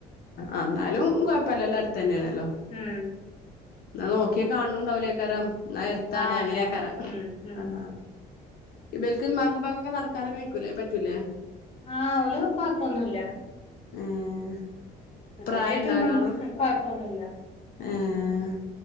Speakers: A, on the left; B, on the left.
A: ആഹ ന്നാലും കുഴപ്പില്ല അടത്തന്നെയാണല്ലോ
B: ഉം
A: ന്നാ നോക്കിയ കാണണണ്ടാവലേക്കാരം നാ എരത്താണ്
B: ആ
A: അങ്ങനെയൊക്കരം
B: അല്ല ഉം ഉം
A: ആഹ് ഇവൽക് ഇമ്മക്കും ഉപ്പക്കും നടക്കാനോ വെഴിക്കൂലേ പറ്റൂലേ
B: ആഹ ഓൽ കൊഴപ്പൊന്നുല്ല
A: ഏഹ്
B: ഇതുവരായിട്ടൊന്നും
A: പ്രായണ്ടോ നല്ലോണം
B: കൊയപ്പം ന്നുല്ല
A: ഏഹ്